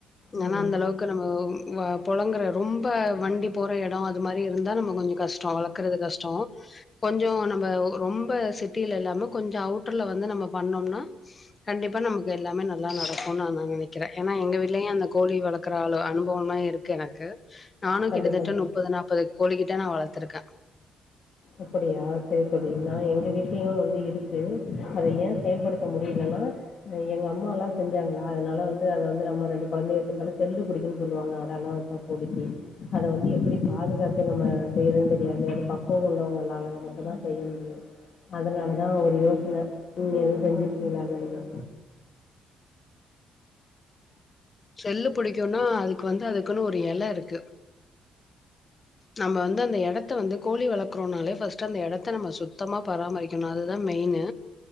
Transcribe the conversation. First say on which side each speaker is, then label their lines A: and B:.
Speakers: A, on the left (about 60°); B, on the left (about 35°).
A: ம்
B: ஏனா அந்த அளவுக்கு நம்ம இவ பொழங்குற ரொம்ப ரொம்ப வண்டி போற இடோ அது மாதிரி இருந்தா நம்ம கொஞ்சோ கஷ்டோ வளக்குறது கஷ்டோ கொஞ்சோ நம்ம ரொம்ப சிட்டியில இல்லாம கொஞ்சோ அவுட்டர்ல வந்து நம்ம பண்ணம்னா கண்டிப்பா நமக்கு எல்லாமே நல்லா நடக்கும்னு நா நா நெனக்குறே ஏன்னா எங்க வீட்லயு அந்த கோழி வளக் க்கற ஆளு அனுபவம்லா இருக்கு எனக்கு நானு
A: கண்டிப்பா
B: கிட்டத்தட்ட
A: கண்டிப்பா.
B: முப்பது நாப்பது கோழி கிட்ட நா வளத்துருக்கே
A: அப்படியா சரி சரி நா எங்க வீட்லயு வந்து இருக்கு அத ஏ செயல்படுத்த முடியலன்னா எங்க அம்மாலா செஞ்சாங்ளா அதனால வந்து அத வந்து நம்ம ரெண்டு கொழந்த இருக்கதால செல்லு பிடிக்குனு சொல்லுவாங்க அதால்லா வச்சா கோழிக்கு அத வந்து எப்டி பாதுகாத்து நம்ம செய்யுறோன்னு தெரியாது அ உள்ளவங்கால அத மட்டு தா செய்ய முடியு அதனாலதா ஒரு யோசன நீங்க எதுவு செஞ்சுட்டுக்கீங்ளா ந
B: செல்லு புடிக்குன்னா அதுக்கு வந்து அதுக்குன்னு ஒரு எல இருக்கு நம்ம வந்து அந்த எடத்த வந்து கோழி வளக்கறோனாலே ஃபஸ்ட்டு அந்த எடத்த நம்ம சுத்தமா பராமரிக்கணு அதுதா மெயினு